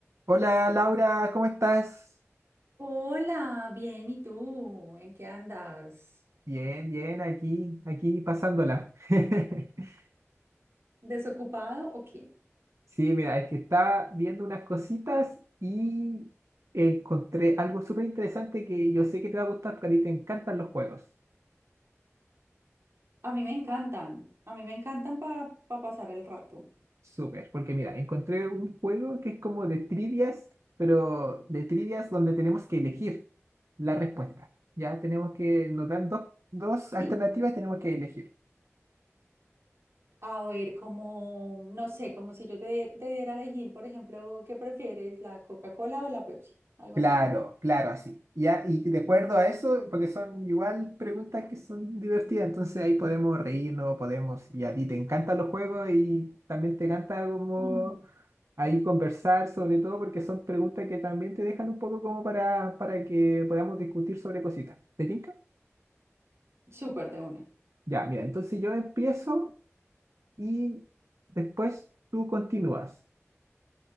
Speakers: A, on the right; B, on the right.
A: Hola Laura, ¿cómo estás?
B: Hola, bien, ¿y tú? ¿En qué andas?
A: Bien, bien, aquí, aquí pasándola. <laughs>
B: ¿Desocupado o qué?
A: Sí, mira, es que estaba viendo unas cositas y encontré algo súper interesante que yo sé que te va a gustar porque a ti te encantan los juegos.
B: A mí me encantan, a mí me encantan para pasar el rato.
A: Súper, porque mira, encontré un juego que es como de trivias, pero de trivias donde tenemos que elegir la respuesta. Ya tenemos que, nos dan dos, dos alternativas
B: ¿Sí?
A: y tenemos que elegir.
B: A ver, como, no sé, como si yo te, die- te diera a elegir, por ejemplo, ¿qué prefieres, la Coca-Cola o la Pepsi? ¿Algo
A: Claro,
B: así?
A: claro, así. Y, a- y de acuerdo a eso, porque son igual preguntas que son divertidas, entonces ahí podemos reírnos, podemos, y a ti te encantan los juegos y también te encanta como
B: Mm.
A: ahí conversar, sobre todo porque son preguntas que también te dejan un poco como para, para que podamos discutir sobre cositas. ¿Te tinca?
B: Súper de una.
A: Ya, mira, entonces yo empiezo y después tú continúas.